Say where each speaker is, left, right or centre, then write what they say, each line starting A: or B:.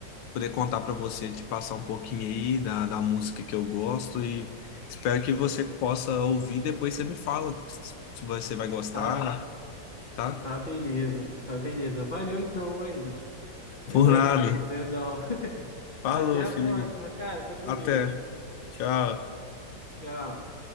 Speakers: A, on the left (about 85°); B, on the left (about 25°).
A: poder contar para você, te passar um pouquinho aí da, da música que eu gosto e espero que você possa ouvir. Depois você me fala se você vai gostar,
B: Tá,
A: tá?
B: tá beleza, tá beleza. Valeu então, Wendel. Eh,
A: Por
B: Wenderson,
A: nada.
B: perdão. <laughs>
A: Falou,
B: Até a
A: Felipe.
B: próxima, cara. Fica com
A: Até.
B: Deus.
A: Tchau.
B: Tchau.